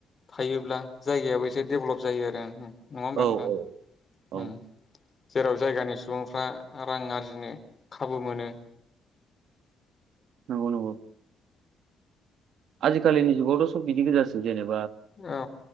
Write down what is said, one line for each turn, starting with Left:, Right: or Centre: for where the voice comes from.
Left: थायोब्ला जायगायाबो एसे डेभलप जायो आरो नङा होमबा
Right: औ
Left: नोंथां
Right: औ
Left: ओम
Right: औ
Left: जेराव जायगानि सुबुंफ्रा रां आर्जिनो खाबु मोनो।
Right: नंगौ नंगौ आजिकालिनि जुगावथ' सब बिदि गोजासो जेनेबा
Left: औ